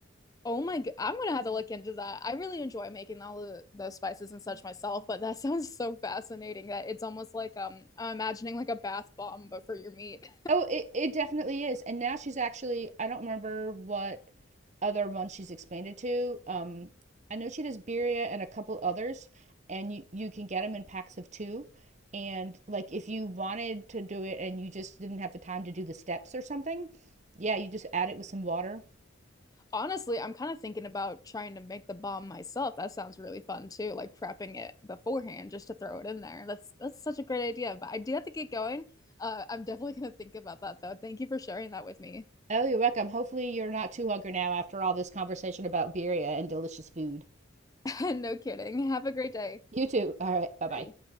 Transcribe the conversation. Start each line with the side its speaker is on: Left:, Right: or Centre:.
Left: Oh my God, I'm gonna have to look into that. I really enjoy making all the, the spices and such myself, but that <laughs> sounds so fascinating that it's almost like um I'm imagining like a bath bomb but for your meat.
Right: Oh, it, it definitely is. And now she's actually, I don't remember what other ones she's expanded to. Um, I know she does birria and a couple others, and you, you can get them in packs of two. And like if you wanted to do it and you just didn't have the time to do the steps or something, yeah, you just add it with some water
Left: Honestly, I'm kind of thinking about trying to make the bomb myself. That sounds really fun too, like prepping it beforehand just to throw it in there. That's that's such a great idea, but I do have to get going. Uh, I'm definitely gonna think about that though. Thank you for sharing that with me.
Right: Oh, you're welcome. Hopefully, you're not too hungry now after all this conversation about birria and delicious food.
Left: <laughs> No kidding. Have a great day.
Right: You too. All right. Bye
Left: Bye.
Right: bye.